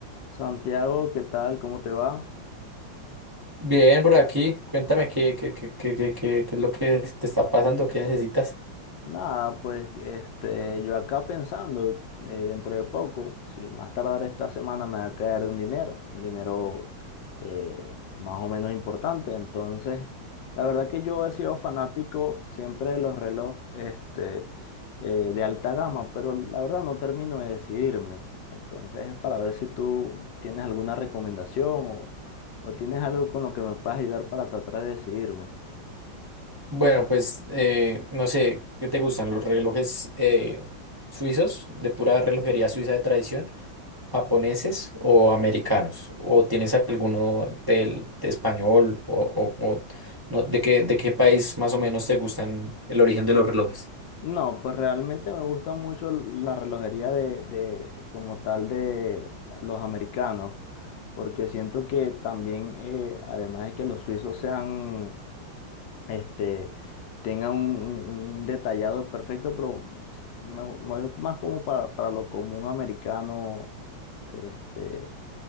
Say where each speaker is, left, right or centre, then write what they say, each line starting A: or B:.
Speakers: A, on the left; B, on the right.
A: Santiago, ¿qué tal? ¿Cómo te va?
B: Bien, por aquí, cuéntame qué, qué, qué, qué, qué, qué- qué es lo que te está pasando, qué necesitas.
A: Nada, pues este, yo acá pensando, eh, dentro de poco, si más tardar esta semana me va a caer un dinero, un dinero eh, más o menos importante. Entonces, la verdad que yo he sido fanático siempre de los relojes este, eh, de alta gama, pero la verdad no termino de decidirme. Entonces, es para ver si tú tienes alguna recomendación o, o tienes algo con lo que me puedas ayudar para tratar de decidirme.
B: Bueno, pues eh, no sé, ¿qué te gustan los relojes eh, suizos, de pura relojería suiza de tradición, japoneses o americanos? ¿O tienes alguno del de español o, o- o no, de qué, de qué país más o menos te gustan el origen de los relojes?
A: No, pues realmente me gusta mucho la relojería de, de como tal de los americanos, porque siento que también, eh, además de que los suizos sean, este, tengan un, un- un detallado perfecto, pero s- me, me voy más como para, para lo común americano, este,